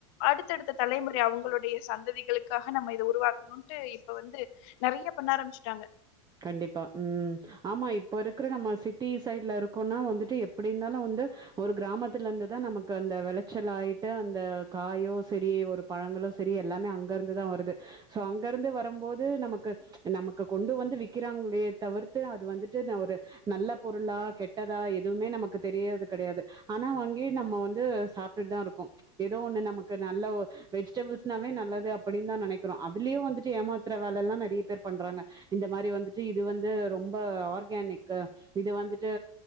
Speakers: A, on the left; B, on the right.
A: அடுத்தடுத்த தலைமுறை அவுங்களுடைய சந்ததிகளுக் காக நம்ம இத உருவாக்கணுன்ட்டு இப்ப வந்து நெறைய பண்ண ஆரம்பிச்சிட்டாங்க
B: கண்டிப்பா ம் ஆமா இப்ப இருக்கிற நம்ம சிட்டி சைட்ல இருக்கோனா வந்துட்டு எப்டினாலு வந்து ஒரு கிராமத்துல இருந்துதா நமக்கு அந்த வெளச்சல் ஆயிட்டு அந்த காயோ செரி ஒரு பழங்களோ செரி எல்லாமே அங்க இருந்துதா வருது சோ அங்கருந்து வரும்போது நமக்கு நமக்கு கொண்டு வந்து விக் கிறாங்களே தவிர்த்து அது வந்துட்டு நா ஒரு நல்ல பொருளா கெட்டதா எதுவுமே நமக்கு தெரியற்து கெடையாது ஆனா வாங்கி நம்ம வந்து சாப்ட்டுட்டு தா இருக்கோ எதோ ஒண்ணு நமக்கு நல்ல வெஜிடபிள்ஸ்னாவே நல்லது அப்படின் தா நெனைக்கிறோ அதுலயு வந்துட்டு ஏமாத்தற வேலல்லா நெறைய பேர் பண்றாங்க இந்த மாரி வந்துட்டு இது வந்து ரொம்ப ஆர்கனிக்கு இது வந்துட்டு